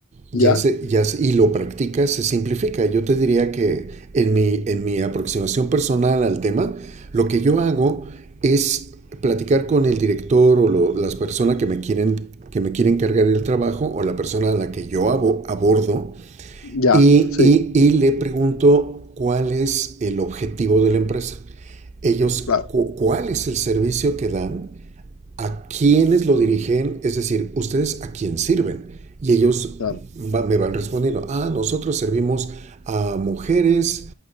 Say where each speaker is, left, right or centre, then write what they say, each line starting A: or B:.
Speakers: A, on the right; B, on the left.
A: ya
B: ya,
A: se- ya se- y lo practicas, se simplifica. Yo te diría que en mi, en mi aproximación personal al tema, lo que yo hago es platicar con el director o lo- las personas que me quieren, que me quieren cargar el trabajo o la persona a la que yo abo- abordo
B: ya,
A: y,
B: sí,
A: y- y le pregunto cuál es el objetivo de la empresa. Ellos,
B: claro,
A: cu- ¿cuál es el servicio que dan? a quienes lo dirigen, es decir, ustedes a quién sirven. Y ellos
B: claro,
A: va- me van respondiendo, ah, nosotros servimos a mujeres